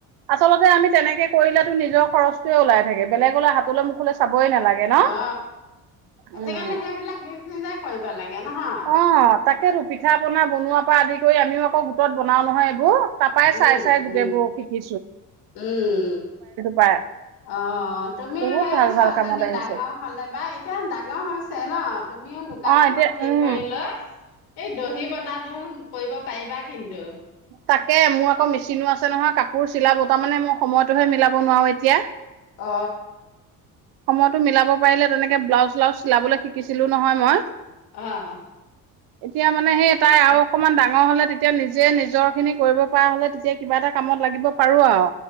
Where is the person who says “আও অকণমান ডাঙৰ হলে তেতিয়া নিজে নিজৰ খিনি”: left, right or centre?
Right